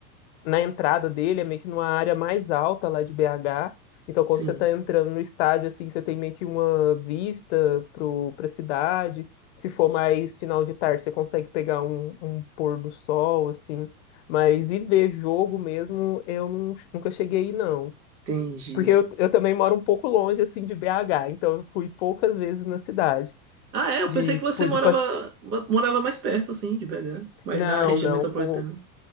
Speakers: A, on the left (about 45°); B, on the right (about 90°).
A: na entrada dele, é meio que numa área mais alta lá de BH. Então, quando
B: sim,
A: você tá entrando no estádio, assim, você tem meio que uma vista pro, pra cidade. Se for mais final de tarde, você consegue pegar um, um pôr do sol, assim. Mas e ver jogo mesmo, eu nun- nunca cheguei aí, não.
B: entendi.
A: Porque eu, eu também moro um pouco longe, assim, de BH, então eu fui poucas vezes na cidade.
B: Ah, é, eu
A: De,
B: pensei que
A: tipo,
B: você morava,
A: de... passe-
B: morava mais perto, assim, de BH, mais
A: Não,
B: na região
A: não.
B: metropolitana.
A: O,